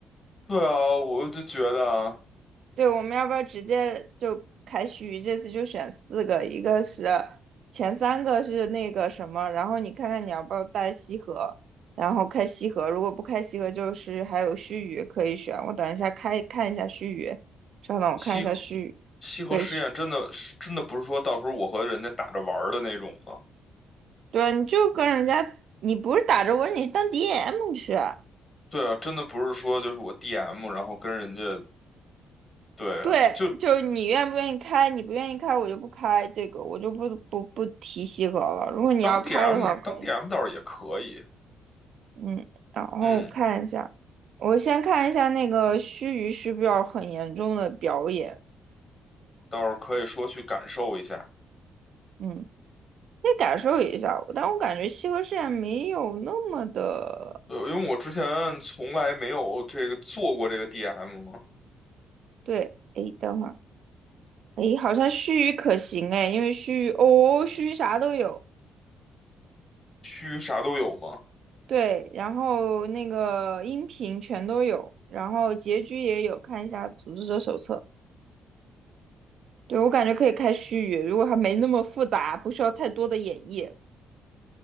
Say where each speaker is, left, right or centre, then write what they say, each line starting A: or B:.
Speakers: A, on the left (about 35°); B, on the right (about 65°).
A: 对啊，我就觉得啊
B: 对，我们要不要直接就开许这次就选四个？一个是前三个是那个什么，然后你看看你要不要带西河，然后开西河。如果不开西河，就是还有须臾可以选。我等一下开看一下须臾，稍等我看一下须臾。
A: 西河西河实验真的是真的不是说到时候我和人家打着玩儿的那种嘛。
B: 对，须对啊，你就跟人家，你不是打着我，你当 DM 去啊。
A: 对啊，真的不是说就是我 DM，然后跟人家对啊，
B: 对，
A: 就
B: 就是你愿不愿意开，你不愿意开，我就不开这个，我就不不不提西河了。如果你要开的话，
A: 当 DM
B: 可以。
A: 当 DM 倒是也可以，
B: 嗯，然后看一下，
A: 嗯，
B: 我先看一下那个须臾需不是要很严重的表演，
A: 倒是可以说去感受一下。
B: 嗯，可以感受一下，但我感觉西河试验没有那么的，
A: 对，因为我之前从来没有这个做过这个 DM 嘛，
B: 对，诶，等会儿，诶，好像须臾可行诶，因为须臾，哦，须臾啥都有，
A: 须啥都有嘛。
B: 对，然后那个音频全都有，然后结局也有，看一下组织者手册，对，我感觉可以开须臾，如果它没那么复杂，不需要太多的演绎，